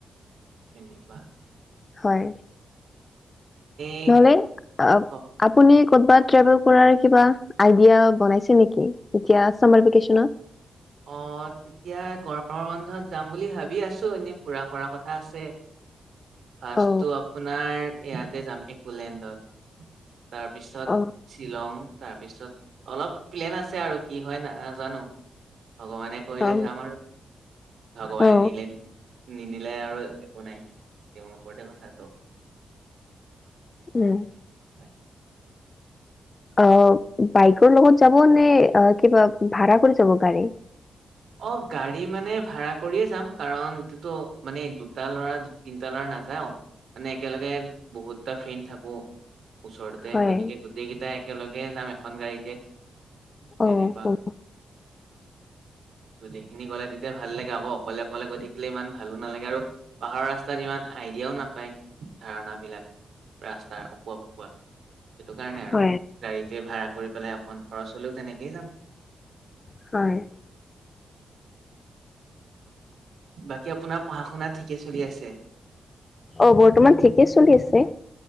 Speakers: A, on the right; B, on the left.
A: তেনেকুৱা।
B: হয়।
A: এই
B: নহ'লে আ
A: অ',
B: আপুনি কৰ'বাত। কিয় বাৰুৰ কৰাৰ কিবা আইদিয়া বনাইছে নেকি? এতিয়া চামাৰ বিকেচনত।
A: অ তেতিয়া গৰমৰ বন্ধত যাম বুলি ভাবি আছোঁ এনেই ফুৰা কৰা কথা আছে। ফাৰ্ষ্টটো
B: অ
A: আপোনাৰ ইয়াতে যাম ইকোলেণ্ডত। তাৰপিছত
B: অ
A: শ্বিলং তাৰপিছত- অলপ প্লেন আছে আৰু কি হয় নাজানোঁ ভগৱানে কৰিলে
B: অ
A: যাম আৰু। ভগৱানে
B: অ
A: নিলে। নিনিলে আৰু একো নাই তেওঁৰ ওপৰতে কথা চব।
B: উম।
A: হয়।
B: অ বাইকৰ লগত যাব নে কিবা ভাড়া কৰি যাব গাড়ী।
A: অ গাড়ী মানে ভাড়া কৰিয়ে যাম কাৰণ ইটোতো মানে দুটা ল'ৰা তিনটা ল'ৰা না। নাযাওঁ মানে একেলগে বহুত টা ফ্ৰেণ্ড থাকোঁ। ওচৰতে
B: হয়
A: গতিকে গোটেই কেইটা একেলগে যাম এখন গাড়ীতে তেনেকুৱা
B: অ অ।
A: গোটেইখিনি গ'লে তেতিয়া ভাল লাগে আকৌ অকলে অকলে গৈ থাকিলে ইমান ভালো নালাগে আৰু পাহাৰৰ ৰাস্তাত ইমান- আইডিয়াও নাপায় ধাৰণাবিলাক ৰাস্তাৰ অকোৱা পকুৱা। সেইটো কাৰণে আৰু
B: হয়
A: গাড়ীতে ভাড়া কৰি পেলাই অকমান খৰচ হ'লেও তেনেকেই যাম।
B: হয়।
A: বাকী আপোনাৰ পঢ়া শুনা ঠিকে চলি আছে?
B: অ বৰ্তমান ঠিকেই চলি আছে।